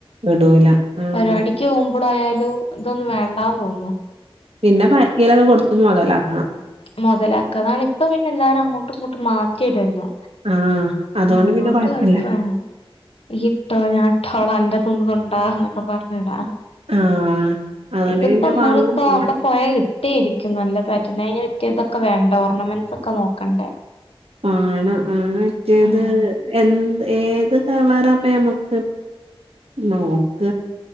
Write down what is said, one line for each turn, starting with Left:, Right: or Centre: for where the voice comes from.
Right: ഇടൂല ആഹ്
Left: പരിപാടിക്ക് പോകുമ്പോഴായാലും ഇതൊന്നന്ന് വേണ്ടന്ന് തോന്നും
Right: പിന്നെ <inaudible> ആർക്കിയിലൊക്കെ കൊടുത്ത മൊതലാക്കണം.
Left: മുതലാക്ക അതാണ് ഇപ്പ പിന്നെ എല്ലാരും അങ്ങോട്ടും ഇങ്ങോട്ടും മാറ്റിടുല്ലോ.
Right: ആഹ്
Left: ആ അതുകൊണ്ട്
Right: പിന്നെ കൊഴപ്പല്ല
Left: കൊഴപ്പാണ് ഈ ഇട്ടോ ഞാൻ ഇട്ടോടോ അന്റെ തതിന്നുന്നുണ്ടോ എന്നൊക്കെ പറഞ്ഞിടാ
Right: ആഹ് അതുകൊണ്ട്
Left: ഇതിപ്പോമ്മളപ്പോ
Right: പിന്നെ വാങ്ങും വേണ്ട
Left: അവിടെ പോയൽ ഇട്ടിയിരിക്കും നല്ല പേറ്റേണാ കറ്റിയതൊക്കെ വേണ്ട ഓർണമെന്റ്സ് ഒക്കെ നോക്കണ്ടേ?
Right: മാണം ആറ്റേത്
Left: ആഹ്
Right: എന്ത് ഏത് കളറപ്പ നമുക്ക് നോക്ക